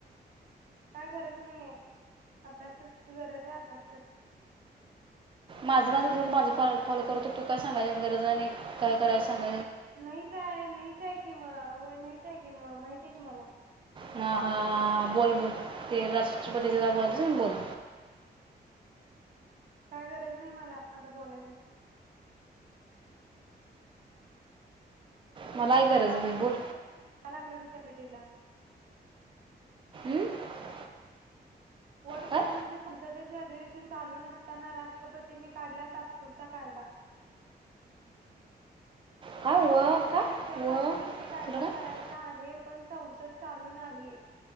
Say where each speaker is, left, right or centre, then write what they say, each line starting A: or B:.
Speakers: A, on the right; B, on the right.
A: काय गरज नाहीये? अभ्यासाची गरज हाय अभ्यास कर.
B: माझ माझ माझ पीको फॉल करतू. तू काय सांगायला गरज नाही. काय करायला सांग
A: नाहीच आहे, नाहीच हाय की म की होय नाहीच आहे कि म माहितेय की मला.
B: हा हा बोल बोल, ते राष्ट्रपतीच काय बोलायच क नई ते बोल.
A: काय गरज नाही मला, आता बोलायची.
B: मला आहे गरज
A: बघायला
B: बाई बोल.
A: <unintelligible>
B: <unintelligible>
A: वड हुकुम
B: काय
A: म्हणजे संसदेचे अधिवेशन चालू नसताना राष्ट्रपतींनी काढला तात्पुरता कायदा.
B: काय व
A: एखाद्या
B: काय
A: विषयावर
B: व
A: तातडीने कायदा
B: थोडं काय
A: करायचा आहे. पण संवसद चालू नाही.